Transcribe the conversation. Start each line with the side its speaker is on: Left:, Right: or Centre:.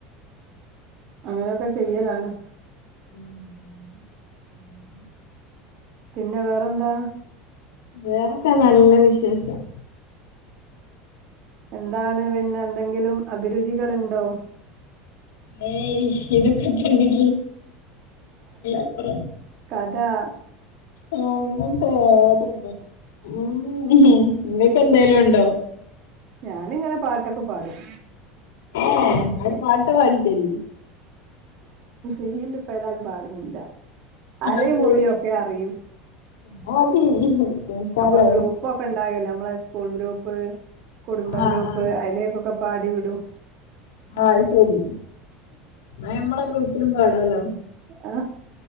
Right: അങ്ങനെയൊക്കെ ചെയ്യലാണ്.
Left: <inaudible>
Right: പിന്നെ വേറെന്താ?
Left: വേറൊക്കെ നല്ല വിശേഷം.
Right: എന്താണ് പിന്നെ എന്തെങ്കിലും അഭിരുചികൾഇണ്ടോ.
Left: ഏയ് ഇതൊക്കെ തന്നെ അപ്പറം.
Right: അതാ
Left: ആ അങ്ങത്തെ യാതൊരു <unintelligible> മം ഇങ്ങക്ക് എന്തേലുണ്ടോ?
Right: ഞാനിങ്ങനെ പാട്ടൊക്കെ പാടും.
Left: ഏ ന്നാരു പാട്ട് പാടി തെരി
Right: ഇതില് ഇപ്പോ ഏതാലും പാട്ണില്ല അരയും
Left: എന്ത്
Right: മുറിയോക്കെ അറിയൂ.
Left: മതി കേക്കാലോ
Right: അപ്പം ഗ്രൂപ്പൊക്കെ ഇണ്ടാകേലെ മ്മളെ സ്കൂൾ ഗ്രൂപ്പ് കുടുംബ
Left: ആ
Right: ഗ്രൂപ്പ്
Left: ആ
Right: അയി ലേക്കൊക്കെ പാടി വിടൂ
Left: ആഹ് ശെരി ആഹ് മ്മളെ ഗ്രൂപ്പിലും പാടാലോ?
Right: ആ